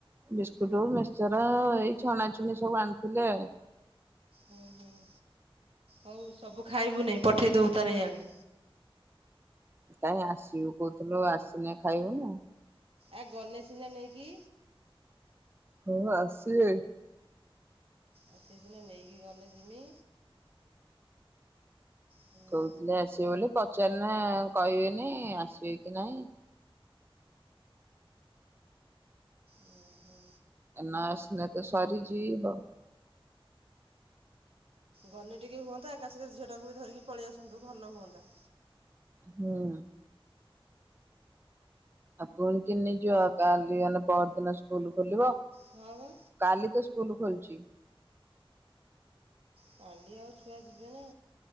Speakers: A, on the right; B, on the right.
A: ବିସ୍କୁଟ ମିକସର ଏଇ ଛଣାଛୁଣି ସବୁ ଆଣିଥିଲେ ଆଉ।
B: ହୁଁ ହୁଁ ହଉ ସବୁ ଖାଇବୁ ନାଇଁ ପଠେଇଦବୁ ତା ଏଇ ଆଡେ।
A: କାଇହିଁ ଆସିବୁ କହୁଥିଲୁ ଆସିନେ ଖାଇବୁ ନା।
B: ଆ ଗନେ ସିନା ନେଇକି।
A: ହଁ ଆସିବେ।
B: ଆଉତି ଦିନେ ନେଇକି ଗଲେ ଯିମି। ହୁଁ,
A: କହୁଥିଲି ଆସିବେ ବୋଲି ପଚାରିଲେ କହିବେନି ଆସିବେ କି ନାହିଁ।
B: ଉଁ, ହୁଁ।
A: ନା ଆସିଲେ ତ ସରି ଯିବ।
B: ଗନି ଟିକେ ହୁଅନ୍ତା ଏକାସଙ୍ଗେ ଝିଅ ଟାକୁ ବି ଧରିକି ପଳେଇଆସନ୍ତୁ ଭଲ ହୁଅନ୍ତା।
A: ହୁଁ। ଆଉ ପୁଣି କି ନେଇଯିବ କାଲି ଗଲେ ପର ଦିନ ସ୍କୁଲ ଖୋଲିବ।
B: ହଁ ବା।
A: କାଲି ତ ସ୍କୁଲ ଖୋଲିଚି।
B: କାଲି ଆଉ ଛୁଆ ଯିବେ ନା?